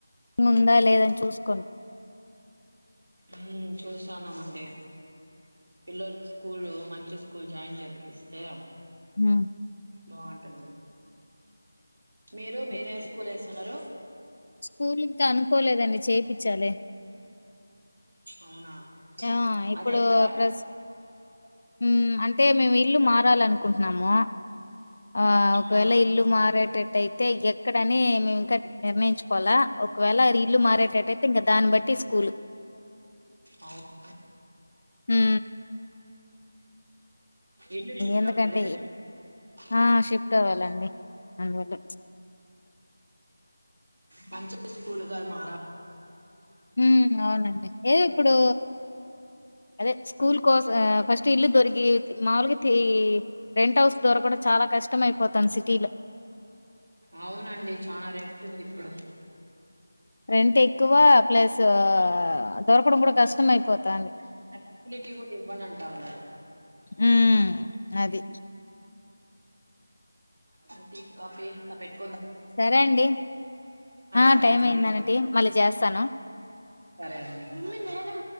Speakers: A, on the left; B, on the right.
A: ముందు రాలేదని చూస్కోండి.
B: ఊ చూస్తాన్నామండి. పిల్లోల్కి స్కూల్ మంచి స్కూల్ జాయిన్ చేరిపిస్తే
A: ఆ
B: బాగుంటుంది. మీరు మీర
A: ఓకే.
B: ఏ స్కూల్ వేస్తన్నారు.
A: స్కూల్ ఇంకా అనుకోలేదండి. చేర్పిచ్చాలే
B: అవునా
A: ఆ ఇప్పుడు
B: అదే ఎక్కడ
A: ప్రస్ ఊ అం ంటే మేము ఇల్లు మారాలనుకుంటునాము. ఆ ఒకవేళ
B: ఆ
A: ఇల్లు మారేటట్టై అయితే ఎక్కడని మేము ఇంకా నిర్ణయించుకోవాలా ఒకవేళ ఇల్లు మారేటట్టయితే ఇంకా దాన్ని బట్టి స్కూల్
B: అవునా
A: హూ
B: ఏందో <unintelligible>
A: ఎందుకంటే ఆ షిఫ్ట్ అవ్వాలండి అందువల్ల
B: మంచి స్కూలుగా మారా
A: ఊ అవునండి ఏదో ఇప్పుడు అదే స్కూల్ కోస్ ఆ ఫస్ట్ ఇల్లు దొరికి మాముూలుగా తీ రెంట్ హౌస్ దొరకడం చాలా కష్టం అయిపోతాంది సిటీలో
B: అవునండి చానా రెంట్ ఉంది ఇప్పుడు
A: రెంట్ ఎక్కువ ప్లస్ ఆ దొరకడం కూడా కష్టం అయిపోతాంది.
B: అంత ఫెసిలిటీ కూడా ఇవ్వనంటా ఉండారు.
A: హ్మ్. అది
B: ఆ టీ కాఫీ తపెట్
A: సరే అండి ఆ
B: సరే
A: టైం
B: అండి
A: అయిందనటి మళ్ళ చేస్తాను
B: సరే అండి